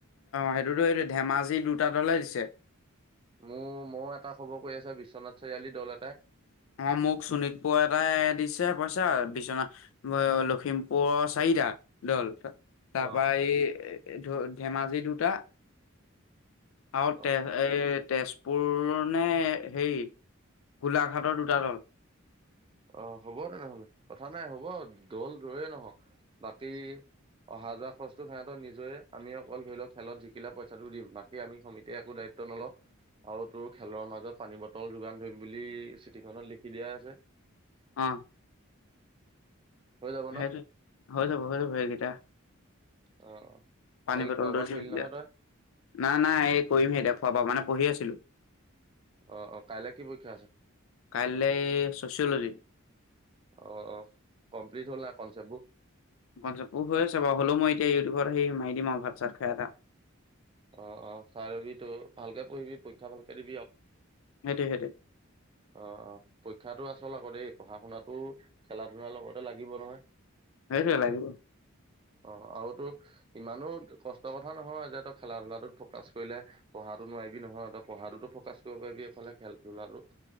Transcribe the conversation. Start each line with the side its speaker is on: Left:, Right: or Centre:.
Left: সেইটোতো এইটো ধেমাজি দুটা দলে দিছে
Right: মোৰ মই এটা খবৰ কৈ আছো বিশ্বনাথ চাৰিআলি দল এটাই
Left: অ মোক চোণিতপুৰ এটাই দিছে পইচা বিচনা লখিমপুৰৰ চাৰি টা দল তাৰ
Right: অ
Left: পৰা এই ধ ধেমাজি দুটা আৰু
Right: অ
Left: তেজ এ তেজপুৰ নে হেৰি গোলাঘাটৰ দু দুটা দল
Right: অ হ'ব তেনেহ'লে কথা নাই হ'ব দল জয়ে নহক বাকী অহা যোৱা খৰচটো সহ নিজৰে আমি অকল ধৰি লওক খেলত জিকিলা পইচাটো দিম বাকী আমি সমিতিয়ে একো দায়িত্ব নলওঁ আৰু তোৰ খেলৰ মাজত পানী বটল যোগান ধৰিম বুলি চিঠিখনত লিখি দিয়া আছে
Left: অ
Right: হৈ যাব ন
Left: সেইটো হৈ যাব হৈ যাব সেইকেইটা
Right: অ অ
Left: পানী
Right: বাকী
Left: বটলটো
Right: খোৱা বোৱা
Left: দি
Right: কৰিলি
Left: দিয়া
Right: নহয় তই
Left: নাই নাই এই কৰিম সেই এতিয়া খোৱা বোৱা মানে পঢ়ি আছিলো
Right: অ অ কাইলে কি পৰীক্ষা আছে
Left: কাইলৈ চচঅলজি
Right: অ অ কমপ্লিট হ'ল নাই কনচেপ্টবোৰ
Left: কনচেপ হৈ আছে বাৰু হ'লেও মই এতিয়া ইউটিউবত আৰু সেই মাৰি দিমআও ভাত চাত খাই এটা
Right: অ অ চাই লবি তো ভালকে পঢ়িবি পৰীক্ষা ভালকে দিবি আৰু
Left: সেইটোৱে সেইটোৱে
Right: অ অ পৰীক্ষাতটো আচল আকৌ দেই পঢ়া শুনাত টো খেলা ধূলাৰ লগতে লাগিব নহয়
Left: সেইটোৱে লাগিব
Right: অ আৰুতো ইমানো কষ্টৰ কথা নহয় যে তই খেলা ধূলা ফকাচ কৰিলে পঢ়াতো নোৱাৰিবি নহয় ত পঢ়া তো ফকাচ কৰিব পাৰিবি এইফালে খেলা ধূলাতো